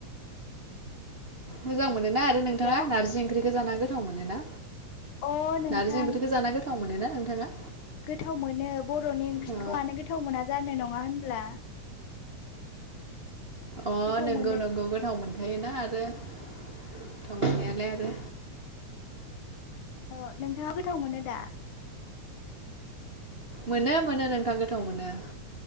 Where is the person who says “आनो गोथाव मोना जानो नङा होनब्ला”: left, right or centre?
Left